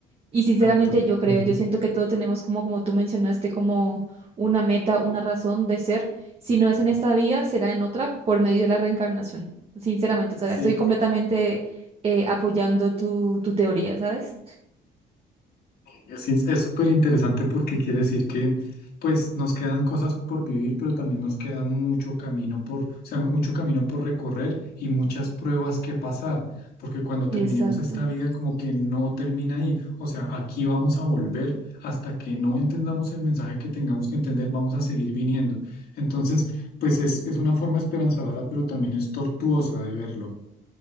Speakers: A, on the right; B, on the left.
A: Y sinceramente
B: Exacto.
A: yo creo,
B: ujú.
A: yo siento que todos tenemos como, como tú mencionaste, como una meta, una razón de ser. Si no es en esta vida, será en otra por medio de la reencarnación. Sinceramente, o sea,
B: Sí,
A: estoy completamente eh, apoyando tu, tu teoría, ¿sabes?
B: es, in- es súper interesante porque quiere decir que pues nos quedan cosas por vivir, pero también nos quedan mucho camino por, o sea, mucho camino por recorrer y muchas pruebas que pasar, porque cuando
A: Exacto,
B: terminemos esta vida como que no termina ahí, o sea, aquí vamos a volver hasta que no entendamos el mensaje que tengamos que entender, vamos a seguir viniendo. Entonces, pues es, es una forma esperanzadora, pero también es tortuosa de verlo.